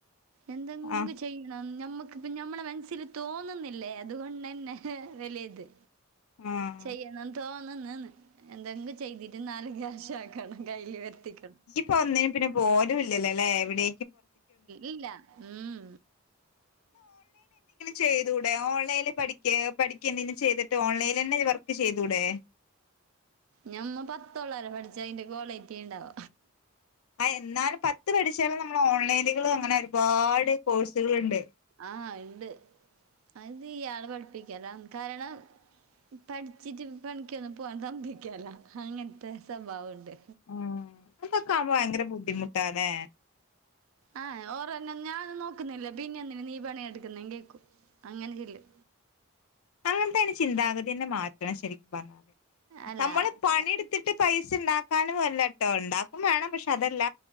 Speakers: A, on the right; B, on the left.
A: എന്തെങ്കിലും
B: ആ
A: ചെയ്യാ- ചെയ്യണം ഞമ്മക്ക് പ്പ ഞമ്മള മനസ്സിൽ തോന്നുന്നില്ലേ, അതുകൊണ്ട് തന്നെ വല്യ ഇത്.
B: ആ
A: ചെയ്യണം തോന്ന്ന്നത് എന്തെങ്കിലും ചെയ്തിട്ട് നാലു ക്യാഷ് ആക്ക- ണം കയ്യിൽ വരുത്തിക്കണം.
B: ഇപ്പോ ഒന്നിന് പിന്നെ പോലുംല്ലല്ലോ അല്ലേ? എവിടെ.
A: ഇല്ല ഉം.
B: ചെയ്തുടെ? ഓൺലൈനിൽ പഠക്ക, പഠിക്ക എന്തെങ്കിലും ചെയ്തിട്ട്, ഓൺലൈനിൽ തന്നെ വർക്ക് ചെയ്തൂടെ?
A: ഞമ്മ പത്തോള്ളാര പഠിച്ച, അതിന്റെ ക്വാളിറ്റി ഉണ്ടാവ.
B: ആഹാ എന്നാലും പത്ത് പഠിച്ചാലും, നമ്മള് ഓൺലൈനുകള് അങ്ങനെ, ഒരുപാട് കോഴ്സുകളുണ്ട്.
A: ആഹ് ഉണ്ട് അത്യാളെ പഠിപ്പിക്കല കാരണം, പഠിച്ചിട്ട് പണിക്കൊന്നും പോകൻ സമ്മേക്കേല, അങ്ങനത്തെ സ്വഭാവംണ്ട്.
B: ഉം ഇങ്ങനെയൊക്കെയാവുമ്പോ- ഭയങ്കര ബുദ്ധിമുട്ടാല്ലെ?
A: ആഹ് ഓർന്നെ ഞാൻ- നോക്കുന്നില്ലേ? പിന്നെ എന്ന നീ പണിയെടുക്കുന്നേ കേൾക്കൂ, അങ്ങനെ ചെല്ലും.
B: ഇങ്ങൻതൊരു ചിന്താഗതിന്നെ- മാറ്റണം ശരിക്കും പറഞ്ഞ,
A: അല്ല
B: ഞമ്മള് പണിയെടുത്തിട്ട്- പൈസണ്ടാക്കാനും വല്ലട്ടോ, ഉണ്ടാക്കും വേണം, പക്ഷെ അതല്ല